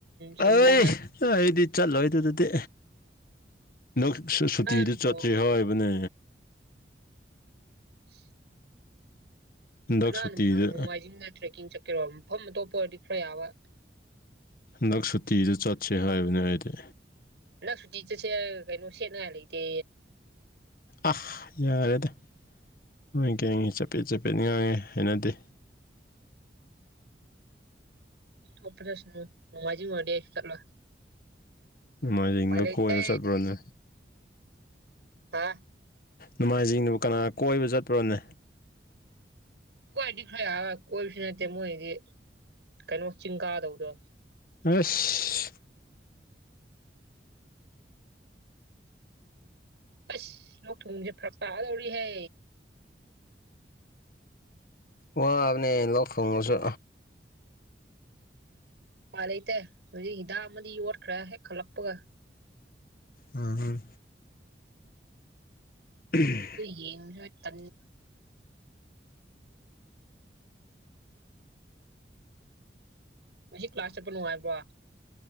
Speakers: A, on the right (about 80°); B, on the left (about 55°).
A: ꯁꯟꯗꯦꯅ
B: ꯑꯩ ꯑꯩꯗꯤ ꯆꯠꯂꯣꯏ ꯑꯗꯨꯗꯗꯤ ꯅꯪ ꯁꯨꯇꯤꯗ
A: ꯀꯅꯥꯅꯕꯨ
B: ꯆꯠꯁꯦ ꯍꯥꯏꯕꯅꯦ
A: <unintelligible>
B: ꯍꯟꯗꯛ
A: ꯀꯅꯥꯕꯨ
B: ꯁꯨꯇꯤꯗ
A: ꯅꯣꯡꯃꯥꯏꯖꯤꯡꯗ ꯇ꯭ꯔꯦꯛꯀꯤꯡ ꯆꯠꯀꯦꯔꯣ ꯃꯐꯝ ꯑꯇꯣꯞꯄ ꯑꯣꯏꯔꯗꯤ ꯈꯔ ꯌꯥꯕ
B: ꯅꯛ ꯁꯨꯇꯤꯗꯨ ꯆꯠꯁꯦ ꯍꯥꯏꯕꯅꯦ ꯍꯥꯏꯗꯤ
A: ꯟꯗꯛ ꯁꯨꯇꯤ ꯆꯠꯁꯦ ꯀꯩꯅꯣ ꯁꯦꯠꯅꯉꯥꯏ ꯂꯩꯇꯦ
B: ꯑꯍ ꯌꯥꯔꯦꯗ ꯅꯨꯡꯉꯥꯏ ꯀꯦ ꯆꯠꯄꯦꯠ ꯆꯠꯄꯦꯠ ꯉꯥꯡꯉꯦ ꯍꯥꯏꯅꯗꯦ
A: ꯑꯣ꯭ꯔꯁꯅ ꯃꯃꯖꯤ ꯃ ꯍꯥꯏꯁꯂ
B: ꯅꯃꯥꯏꯖꯤꯡꯗ
A: ꯂꯩꯇꯦ
B: ꯀꯣꯏꯕ ꯆꯠꯄ꯭ꯔꯣꯅꯦ
A: ꯍꯥ
B: ꯅꯣꯡꯃꯥꯏꯅꯖꯤꯡꯗꯕ ꯀꯅꯥ ꯀꯣꯏꯕ ꯆꯠꯄ꯭ꯔꯣꯅꯦ
A: ꯀꯣꯏꯗꯤ ꯈꯔ ꯌꯥ ꯀꯣꯏꯕꯁꯨ ꯅꯠꯇꯦ ꯃꯣꯏꯗꯤ ꯀꯩꯅꯣ ꯆꯤꯡ ꯀꯥꯗꯧꯗꯣ
B: ꯁ
A: ꯑꯁ ꯂꯣꯛ ꯊꯣꯡꯁꯦ ꯐꯔꯛ ꯇꯥꯛꯑꯗꯧꯔꯤꯍꯦ
B: ꯋꯥ ꯑꯅꯤ ꯂꯛ ꯐꯣꯡꯁꯨ
A: ꯎꯄꯥꯏ ꯂꯩꯇꯦ ꯍꯧꯖꯤꯛ ꯍꯤꯗꯥꯛ ꯑꯃꯗꯤ ꯌꯣꯠꯈ꯭ꯔꯦ ꯍꯦꯛ ꯈꯜꯂꯛꯄꯒ
B: ꯎꯝꯝ ꯎꯝ
A: ꯌꯦ ꯇ ꯉ ꯀ ꯀ꯭ꯂꯥꯁ ꯆꯄꯅꯣꯉꯕꯕꯥ